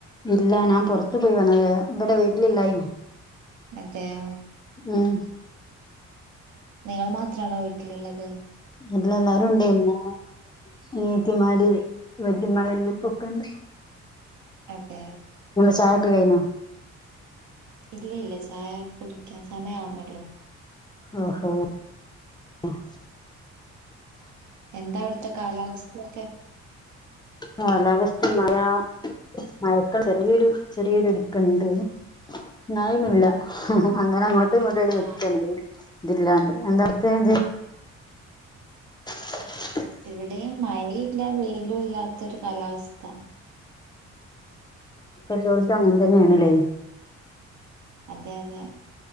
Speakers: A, on the left; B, on the right.
A: ഇല്ല ഞാൻ പുറത്തു പോയി വന്നത് ഇവിടെ വീട്ടിലില്ലായിനോ
B: അതെയോ
A: ഉം
B: നിങ്ങൾ മാത്രണോ വീട്ടിലുള്ളത്
A: അല്ല എല്ലാരും ഉണ്ടായിന്നോ അനീത്തിമാര് വല്ലയമ്മ വല്ലിപ്പൊക്കെണ്ട്
B: അതെ
A: ചായൊക്കെ കഴിഞ്ഞോ
B: ഇല്ലല്ല ചായ കുടിക്കാൻ സമയാവുന്നുള്ളു
A: ആഹ്‌ ഹ <unintelligible> ഉം
B: എന്താ അവിടുത്തെ കാലാവസ്ഥയൊക്കെ
A: കാലാവസ്ഥ മഴ മഴക്കൾ ചെറിയൊരു ചെറിയൊരു ഇടുപ്പുണ്ട് നായും ഇല്ല അങ്ങനെ അങ്ങോട്ടുമിങ്ങോട്ടും ഒരു
B: ആഹ്
A: നിപ്പുണ്ട് ഇതില്ലാണ്ട് തെ തെ <unintelligible>
B: ഇവിടെയും മഴയില്ല വെയിലും ഇല്ലാത്തൊരു കാലാവസ്ഥ
A: എല്ലായിടത്തും അങ്ങനെ തന്നെയാണല്ലേ
B: അതെ അതെ